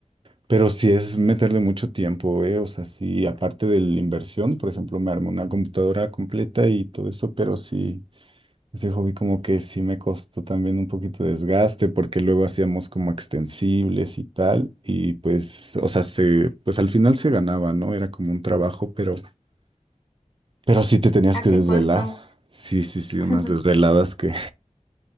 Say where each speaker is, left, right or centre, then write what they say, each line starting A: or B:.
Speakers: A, on the right (about 45°); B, on the left (about 35°).
A: pero sí es meterle mucho tiempo, ¿eh? O sea, sí, aparte de la inversión, por ejemplo, me armé una computadora completa y todo eso, pero sí. Ese hobby como que sí me costó también un poquito de desgaste porque luego hacíamos como extensibles y tal y pues, o sea, se, pues al final se ganaba, ¿no? Era como un trabajo, pero, pero sí te tenías
B: ¿A
A: que
B: qué
A: desvelar.
B: costo?
A: Sí, sí, sí,
B: <laughs>
A: unas desveladas que,